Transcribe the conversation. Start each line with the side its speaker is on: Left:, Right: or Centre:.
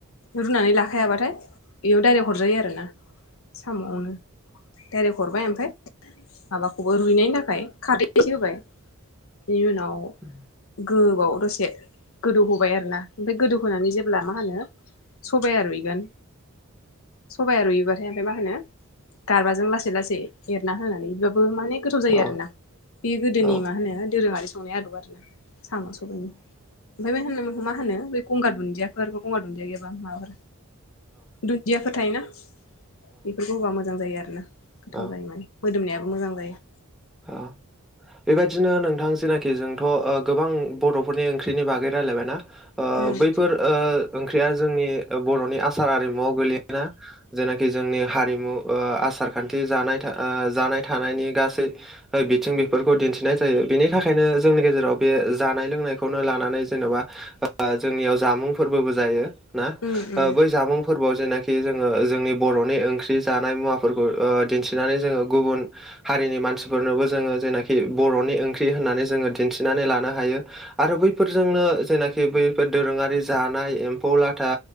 Left: रुनानै ला थाखायाबाथाय बेयाव दडाइरेक्ट हरजायो आरो ना साम'आवनो डाइरेक्ट हरबाय ओमफाय माबाखौबो रुइनायनि थाखाय खारै एसे होबाय बेनि उनाव
Centre: उम
Left: गोबाव दसे गोदौहोबाय आरोना ओमफ्राय गोदौहोनानै जेब्ला मा होनो सबाइआ रुइगोन सबाया रुइयोबाथाय ओमफाय मा होनो गारबाजों लासै लासै एरना होनानै बो माने गोथाव जायोना
Centre: औ
Left: बे गोदोनि
Centre: औ
Left: मा होनो दोरोंआरि संनाय आदब आरोना साम' सबायनि ओमफाय बे होनोमोनखौ मा होनो बे गंगार दुन्दियाफोरखौ दुन्दिया गैयाबा माबाफोर दुन्दियाफो थायोना। बेफोरखौ होबा मोजां जायो आरो ना गोथाव
Centre: औ औ
Left: जायो माने मोदोमनायाबो मोजां जायो
Centre: औ बेबायदिनो नोंथां जिनाखि जोंथ' ओ गोबां बर'फोरनि ओंख्रिनि बागै रायलायबाय ना ओ
Left: उम
Centre: बैफोर ओ ओंख्रिया जोंनि बर'नि आसार आरिमुआव गोलैयोना जेनाखि जोंनि हारिमु ओ आसार खान्थि बे जानाय था ओ जानाय थानायनि गासै बिथिं बेफोरखौ दिन्थिनाय जायो बेनि थाखायनो जोंनि गेजेराव बे जानाय लोंनायखौनो लानानै जेन'बा जोंनियाव जामुंफोरबोबो जायो ना
Left: उम
Centre: ओ
Left: उम
Centre: बै जामुं फोरबोआव जेनाखि जोङो जोंनि बर'नि ओंख्रि जानाय मुवाफोरखौ ओ दिन्थिनानै जोङो गुबुन हारिनि मानसिफोरनोबो जोङो जेनाखि बर'नि ओंख्रि होननानै जोङो दिन्थिनानै लानो हायो आरो बैफोरजोंनो जेनाखि बैफोर दोरोङारि जानाय एम्फौ लाथा